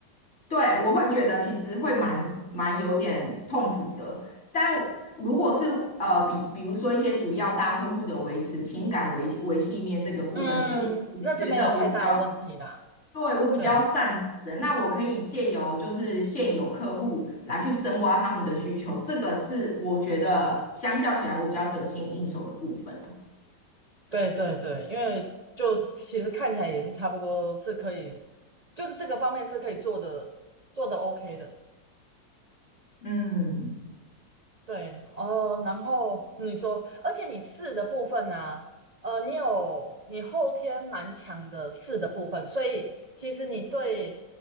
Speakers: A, on the left (about 35°); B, on the right (about 35°).
A: 对，我会觉得其实会蛮蛮有点痛苦的。但如果是呃，比比如说一些主要大客户的维持情感维维系面这个部分，
B: 嗯，
A: 是我觉得我比较
B: 那是没有太大问题啦。
A: 对我比较擅长的，
B: 对，
A: 那我可以借由就是现有客户来去深挖他们的需求，这个是我觉得相较起来我比较得心应手的部分啦。
B: 对，对，对，因为就其实看起来也是差不多是可以，就是这个方面是可以做的，做的 OK 的。
A: 嗯。
B: 对，哦，然后你说，而且你四的部分呢、呃，你有你后天蛮强的四的部分，所以其实你对